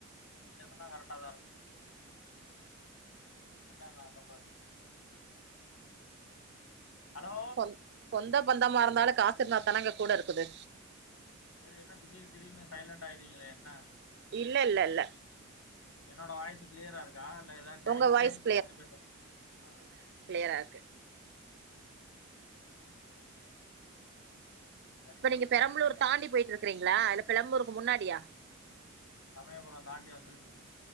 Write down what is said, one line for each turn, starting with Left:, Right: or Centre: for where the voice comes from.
Left: நீங்க சொன்னா கரெக்டா தா இருக்கு என்ன நா சொல்றது ஹலோ
Right: சொ சொந்த பந்தமா இருந்தாலு காசிருந்தா தானங்க கூட இருக்குது
Left: செரி என்ன திடீர் திடீர்னு சைலண்ட் ஆயர்றிங்ளே என்ன
Right: இல்லல்ல இல்ல
Left: என்னோட வாய்ஸு க்ளியரா இருக்கா இல்ல எதாது கேணைக்
Right: உங்க வாய்ஸ்
Left: கேணிக்குல இருந்து பேசுற ஆ
Right: க்கு
Left: சரிங்க சரிங்க சரி
Right: இப்ப
Left: சொல்லுங்க
Right: நீங்க பெரம்பலூர் தாண்டி போயிட்ருக்கிறிங்களா இல்ல பெலம்பலூர்க்கு முன்னாடியா
Left: சமயபுர தாண்டி வந்துட்ருக்கே